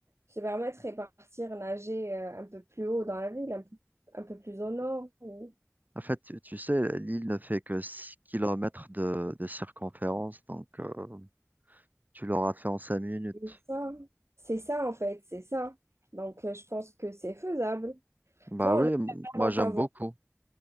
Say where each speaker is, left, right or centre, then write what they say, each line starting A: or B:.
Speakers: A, on the right (about 55°); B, on the right (about 35°).
A: se permettre et partir nager euh, un peu plus haut dans la ville, un peu, un peu plus au nord. ou-
B: En fait, tu sais, l'île ne fait que 6 kilomètres de, de circonférence, donc euh, tu l'auras fait en 5 minutes.
A: et ça, c'est ça en fait, c'est ça. Donc euh, je pense que c'est faisable.
B: Bah
A: Bon,
B: oui,
A: on le
B: m- moi
A: garde en
B: j'aime
A: favori.
B: beaucoup.